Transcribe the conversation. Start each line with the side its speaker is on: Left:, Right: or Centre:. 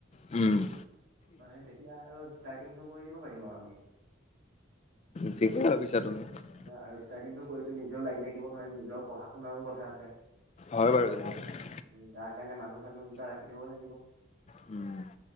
Left: উম!
Right: হয় তেতিয়া আৰু ষ্টাৰ্টিংটো কৰি দিব পাৰিম আৰু আমি-
Left: ঠিকেই ভাবিছা তুমি <unintelligible>
Right: এতিয়া আৰু ষ্টাৰ্টিংটো কৰিতো নিজেও লাগি থাকিব নোৱাৰিম, নিজৰ পঢ়া-শুনাৰো কথা আছে। <unintelligible>
Left: হয় বাৰু <unintelligible>
Right: উম তাৰ কাৰণে মানুহ-চানুহ দুটা ৰাখি থব লাগিব। <unintelligible>
Left: উম <unintelligible>